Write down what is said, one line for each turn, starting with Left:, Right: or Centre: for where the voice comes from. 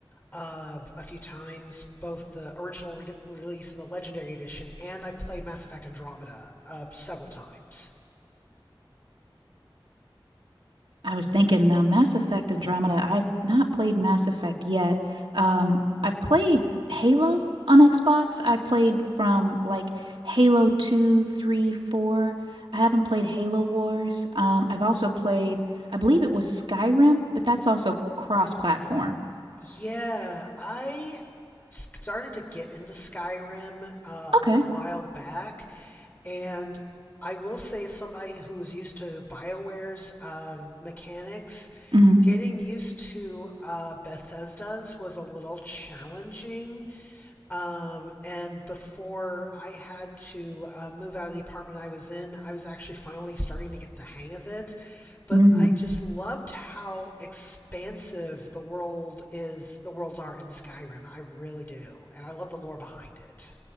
Left: uh, a few times, both the original re- release and the Legendary Edition, and I've played Mass Effect Andromeda uh, several times.
Right: I was thinking now, Mass Effect Andromeda. I've not played Mass Effect yet. Um, I've played Halo on Xbox. I played from like Halo 2, 3, 4. I haven't played Halo Wars. Um, I've also played, I believe it was Skyrim, but that's also cross-platform.
Left: Yeah, I started to get into Skyrim uh,
Right: Okay.
Left: a while back, And I will say, somebody who's used to BioWare's um, mechanics,
Right: Mm-hmm.
Left: getting used to uh, Bethesda's was a little challenging. Um, and before I had to uh, move out of the apartment I was in, I was actually finally starting to get the hang of it. But
Right: Mm-hmm.
Left: I just loved how expansive the world is, the worlds are in Skyrim. I really do. And I love the lore behind it.